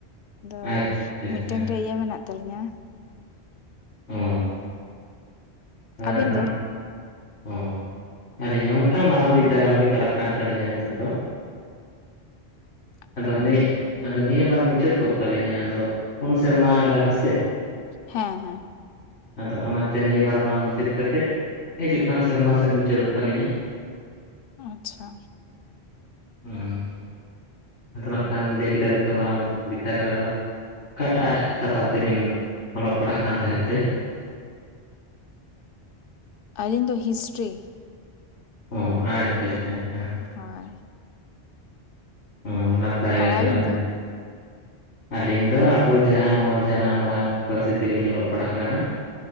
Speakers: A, on the left (about 60°); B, on the left (about 90°).
A: ᱟᱫᱚ
B: ᱟᱪᱪᱷᱟ ᱟᱪᱪᱷᱟ ᱟᱪᱪᱷᱟ
A: ᱢᱤᱫᱴᱟᱝ ᱨᱮ ᱤᱭᱟᱹ ᱢᱮᱱᱟᱜ ᱾ ᱛᱟᱞᱞᱤᱧᱟ᱾
B: ᱚ <unintelligible>
A: ᱟᱹᱵᱤᱱ ᱫᱚ
B: ᱚ ᱟᱹᱞᱤᱧ ᱱᱚᱝᱠᱟ ᱢᱟᱨᱟᱝ ᱵᱤᱫᱽᱫᱟᱹᱜᱟᱲ ᱨᱮ ᱪᱟᱞᱟᱜ ᱠᱟᱱ ᱛᱟᱹᱟᱞᱞᱤᱧᱟ ᱱᱤᱛᱚᱜ ᱫᱚ᱾
A: <inaudible>
B: ᱟᱫᱚ ᱱᱤᱭᱟᱹ ᱟᱫᱚ ᱱᱤᱭᱟᱹ ᱵᱟᱨ ᱢᱩᱪᱟᱹᱫ ᱠᱚᱜ ᱛᱟᱞᱤᱧᱟ ᱟᱫᱚ ᱯᱩᱱ ᱥᱮᱨᱢᱟ ᱠᱟᱫᱟ ᱠᱚᱥᱮ᱾
A: ᱦᱮᱸ ᱦᱮᱸ᱾
B: ᱟᱫᱚ ᱚᱱᱟᱛᱮ ᱱᱤᱭᱟᱹ ᱵᱟᱨ ᱵᱟᱝ ᱢᱩᱪᱟᱹᱫ ᱠᱟᱛᱮᱫ ᱦᱤᱡᱩᱜ ᱠᱟᱱ ᱥᱮᱨᱢᱟ ᱥᱮᱫ ᱢᱩᱪᱟᱹᱫᱚᱜ ᱛᱟᱹᱞᱤᱧᱟ
A: ᱟᱪᱪᱷᱟ
B: ᱦᱩᱸ ᱟᱫᱚ ᱱᱟᱜ ᱠᱷᱟᱱ ᱞᱟᱹᱭ ᱠᱮᱫᱟᱵᱤᱱ ᱛᱚ ᱢᱟᱲᱟᱝ ᱵᱤᱨᱫᱟᱹᱜᱟᱲ ᱨᱮ ᱟᱫᱚ ᱚᱠᱟᱴᱟᱜ ᱥᱟᱛᱟᱢ ᱛᱮ ᱵᱤᱱ ᱚᱞᱚᱜ ᱯᱟᱲᱦᱟᱜ ᱠᱟᱱ ᱛᱟᱦᱮᱸᱫ ᱛᱮ
A: ᱟᱹᱞᱤᱧ ᱫᱚ ᱦᱤᱥᱴᱨᱤ
B: ᱦᱚᱸ ᱟᱪᱪᱷᱟ ᱟᱪᱪᱷᱟ ᱟᱪᱪᱷᱟ
A: ᱦᱳᱭ
B: ᱦᱚᱸ ᱱᱟᱯᱟᱭ
A: ᱟᱨ
B: ᱜᱮ ᱛᱟᱦᱚᱞᱮ
A: ᱟᱹᱵᱤᱱ ᱫᱚ
B: ᱟᱹᱞᱤᱧ ᱫᱚ ᱟᱵᱚ ᱡᱟᱦᱟᱸ ᱱᱚᱣᱟ ᱡᱟᱱᱟᱢ ᱟᱲᱟᱝ ᱯᱟᱹᱨᱥᱤ ᱛᱮᱜᱮᱞᱤᱧ ᱚᱞᱚᱜ ᱯᱟᱲᱦᱟᱜ ᱠᱟᱱᱟ᱾